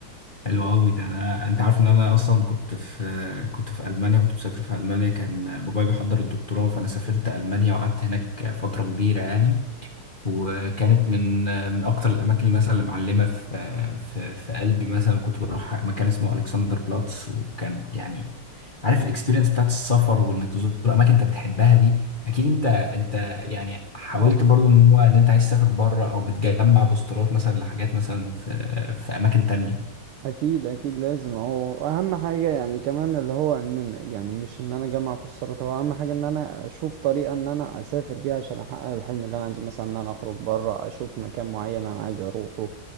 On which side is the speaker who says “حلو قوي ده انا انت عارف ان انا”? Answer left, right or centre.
Left